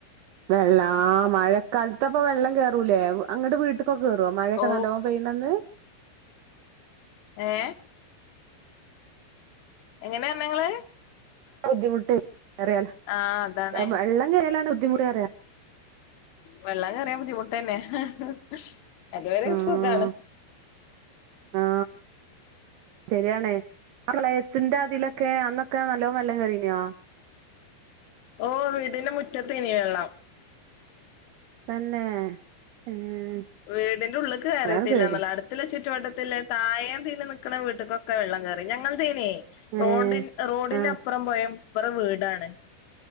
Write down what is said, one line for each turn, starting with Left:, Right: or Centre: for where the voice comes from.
Right: വെള്ള ആ മഴക്കാല്ത്താപ്പം വെള്ളം കേർ റുമലേ അങ്ങട്ട് വീട്ട്ക് ക്കൊ കേറോ മഴൊക്കെ
Left: ഓ
Right: നല്ലോം പെയ്യ്ണന്ന്
Left: എ എങ്ങനെ വെന്നെങ്ങ്ള്
Right: ബുദ്ധിമുട്ടേറിയ
Left: ആഹ് അതാണ്
Right: വെള്ളം കേറിയാലാണ് ഇ മുടിയറ
Left: വെള്ളം കറിയ ബുദ്ധിമുട്ട് തന്നെ <inaudible> അതവരെ
Right: ആഹ്
Left: സുഖാണ്
Right: ആ ശരിയാണേ പ്രളയത്തിന്റെ അതിലൊക്കെ അന്നൊക്കെ നല്ല എല്ലാ നല്ല കറീനയാ
Left: ഓ വീടിന്റെ മുറ്റത്ത് തന്നെയാ വെള്ളോം
Right: തന്നെ ഏഹ്
Left: വീടിന്റെ ഉള്ളേ കേയറിയിട്ടില്ല
Right: അതാണ് പേടി
Left: എന്നല്ല അടുപിന്ന് ചുറ്റും ചുറ്റുവട്ടതുഉള്ള തായേം തീനി നിൽക്കണ വീട്ടക്കൊക്കെ വെള്ളം കയറി ഞങ്ങൾ തീനേ റോഡി
Right: ഏഹ്
Left: റോഡിനപ്പുറം
Right: ആഹ്
Left: വയ അപ്പറം വീടാണ്